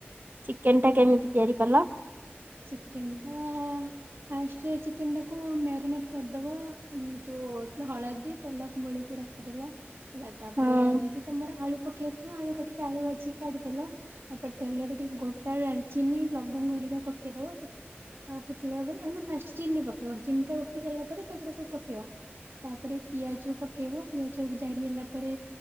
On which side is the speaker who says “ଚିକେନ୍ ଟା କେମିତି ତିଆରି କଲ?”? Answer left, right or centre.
Right